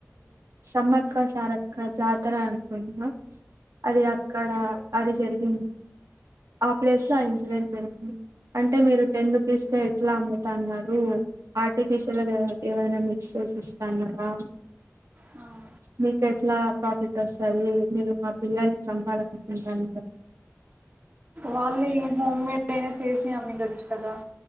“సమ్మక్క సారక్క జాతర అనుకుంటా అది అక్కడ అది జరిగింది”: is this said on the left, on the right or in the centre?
Right